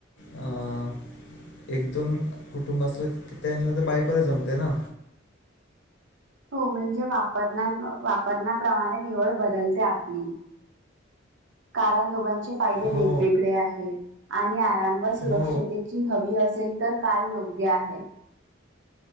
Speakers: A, on the left; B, on the right.
A: अ एक, दोन कुटुंब असलं कि त्यांनला त बाईकवर जमते ना
B: हो म्हणजे वापर वापरण्याप्रमाणे निवड बदलते आपली. कारण दोघांचे फायदे
A: हो
B: वेगवेगळे आहेत,, आणि आरामवर सुरक्षित
A: हो
B: ची हवी असेल तर कार योग्य आहे.